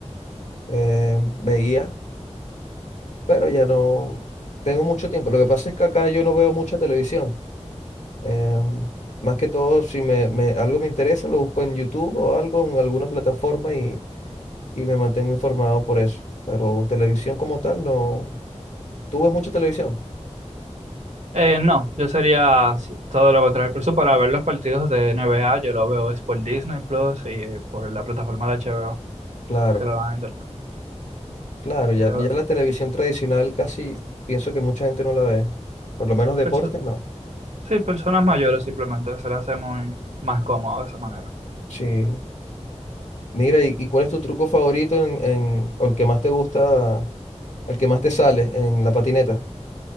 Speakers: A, on the left (about 75°); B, on the right (about 75°).
A: em, veía, pero ya no tengo mucho tiempo. Lo que pasa es que acá yo no veo mucha televisión. Em, más que todo, si me, me- algo me interesa, lo busco en YouTube o algo, en alguna plataforma y, y me mantengo informado por eso. Pero televisión como tal, no. ¿Tú ves mucha televisión?
B: Eh, no, yo sería s- todo lo contrario, incluso para ver los partidos de NBA, yo lo veo es por Disney Plus y eh, por la plataforma de HBO
A: Claro,
B: que lo dan en internet.
A: claro, ya,
B: Pero...
A: ya la televisión tradicional casi pienso que mucha gente no la ve. Por lo menos deporte,
B: perso-
A: no.
B: Sí, personas mayores simplemente se le hace muy más cómodo de esa manera.
A: Sí. Mira, ¿y, y cuál es tu truco favorito en, en- o el que más te gusta, el que más te sale en la patineta?